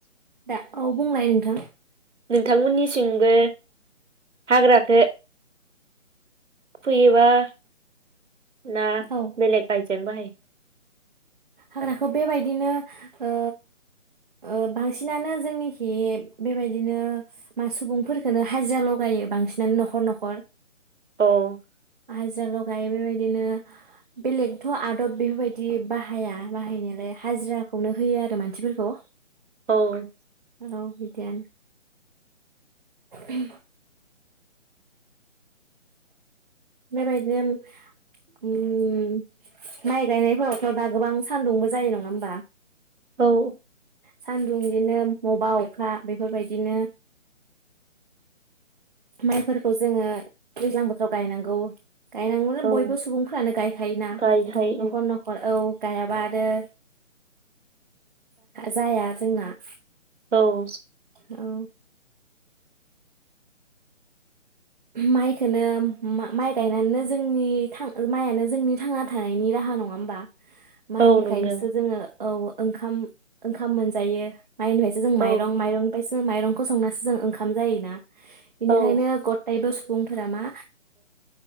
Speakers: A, on the right; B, on the right.
A: दा औ बुंनाय नोंथां
B: नोंथांमोननिसिंबो हाग्राखौ फैयो माबा ना
A: औ
B: बेलेग आायजें बाहायो।
A: हाग्राखौ बेबायदिनो ओ ओ बांसिनानो जोंनिखि बेबायदिनो मा सुबुंफोरफोरखौनो हाजिरा लगायो बांसिनानो न'खर न'खर
B: औ।
A: हाजिरा ल गायो बेबायदिनो बेलेगथ आदब बेफोरबायदि बाहाया बाहायनायालाय हाजिराखौनो होयो आरो मानसिफोरखौ
B: औ
A: औ बिदियानो। उम। बेबायदिनो माइ गायनायफोरावथ दा गोबां सान्दुंबो जायो नङा होमबा
B: औ।
A: सान्दुं बिदिनो बबेबा अखा बेफोरबायदिनो माइ। फोरखौ जोङो दैज्लां बोथोराव गायनांगौ। गायनांगोन
B: औ
A: बयबो सुबुंफ्रानो गायखायोना
B: गायहाय
A: न'खर न'खर औ गायाबा। आरो जाया जोंना
B: औ।
A: औ। माइखो माइ गायनानैनो जोंनि थां माइयानो जोंनि थांना थानायनि राहा नङा होमबा। माइनिफ्रायनोसो
B: औ नंगौ
A: जोङो। औ। ओखाम ओंखाम मोनसे। जायो। माइ होननिफ्रायसो जों
B: औ
A: माइरं माइरनिफ्रायसो माइरंखौ संनासो जों। ओंखाम जायोना। बेनिखायनो
B: औ
A: गथायबो। सुबुंफोरा मा